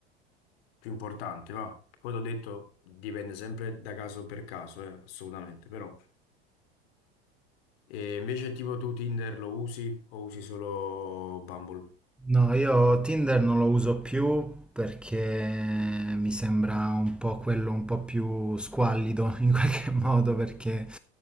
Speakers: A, on the left; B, in the centre.
A: più importante, va. Poi l'ho detto, dipende sempre da caso per caso, eh, assolutamente, però. E invece tipo tu Tinder lo usi o usi solo Bumble?
B: No, io Tinder non lo uso più perché mi sembra un po' quello un po' più squallido in qualche <laughs> modo perché